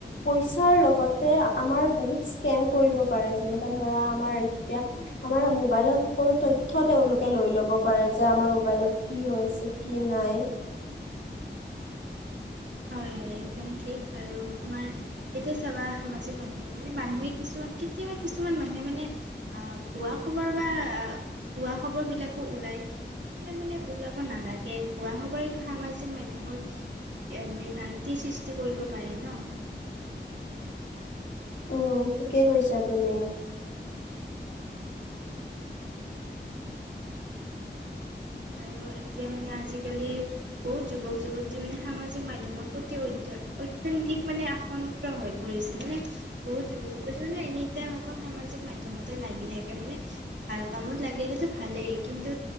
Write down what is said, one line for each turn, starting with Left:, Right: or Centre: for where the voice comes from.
Left: পইচাৰ লগতে আমাৰ বহুত স্কেম কৰিব পাৰে যেনেকা ধৰা- এতিয়া আমাৰ মোবাইলৰ সকলো তথ্য তেওঁলোকে লৈ ল'ব পাৰে যে আমাৰ মোবাইলত- কি হৈছে কি নাই।
Right: <unintelligible> হয় হয় একদম ঠিক আৰু তোমাৰ এতিয়া চাবা সামাজিক মাধ্যমত মানে মানুহে কিছুমান- কেতিয়াবা কিছুমান মানুহে মানে ভুঁৱা খবৰ বা ভুঁৱা খবৰ বিলাকো- উলিয়ায় সেইবিলাক মানে ওলাব নালাগে ভুৱা খবৰে সামাজিক মাধ্যমত- বিভ্ৰান্তিৰ সৃষ্টি কৰিব পাৰি ন
Left: উম ঠিকেই কৈছা তুমি
Right: আৰু এতিয়া মানে আজিকালি বহুত যুৱক যুৱতী মানে সামাজিক মাধ্যমৰ প্ৰতি অধ্যয়ন অধিক মানে আসন্ত হৈ পৰিছে মানে বহুত যুৱক যুৱতী মানে এনি টাইম অকল সামাজিক মাধ্যম টাইমতে লাগি থাকে মানে ভাল কামত লাগিলেতো ভালেই কিন্তু